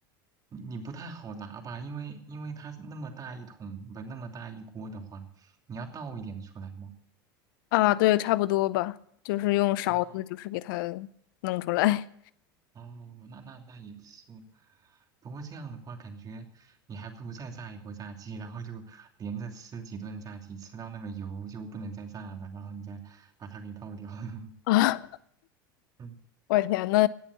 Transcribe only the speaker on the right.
你你不太好拿吧，因为因为它那么大一桶，不那么大一锅的话，你要倒一点出来嘛。
哦
哦，那那那也是，不过这样的话，感觉你还不如再炸一波炸鸡，然后就连着吃几顿炸鸡，吃到那个油就不能再炸了，然后你再把它给倒掉。<laughs>
嗯